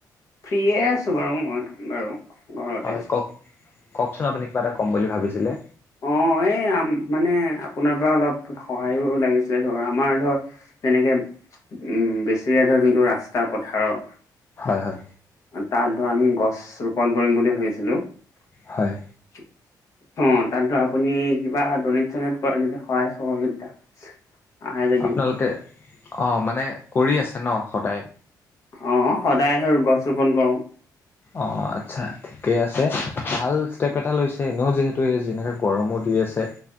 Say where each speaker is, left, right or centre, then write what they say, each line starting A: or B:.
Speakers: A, on the left; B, on the left.
A: ফ্ৰী আছোঁ বাৰু মই বাৰু। ঘৰতে
B: হয় কওক কওকচোন আপুনি কিবা এটা ক'ম বুলি ভাবিছিলে।
A: অ', এই আম মানে আপোনাৰ পৰা অলপ সহায়ো লাগিছে ধৰ আমাৰ ধৰ তেনেকে উম, বেছেৰীয়া ধৰ যোনটো ৰাস্তা পথাৰৰ।
B: হয় হয়।
A: তাত ধৰ আমি গছ ৰোপণ কৰিম বুলি ভাবিছিলোঁ।
B: হয়।
A: <unintelligible> অ', তাত ধ আপুনি কিবা ডনেট চনেট কৰা যদি সহায় সহযোগিতা। আহে যদি
B: আপোনালোকে অঁ', মানে কৰি আছে ন সদায়?
A: অ', সদায় ধৰ গছ ৰোপন কৰোঁ।
B: অ', আচ্ছা ঠিকে আছে ভাল ষ্টেপ এটা লৈছে ন যিহেতু যেনোকে গৰমো দি আছে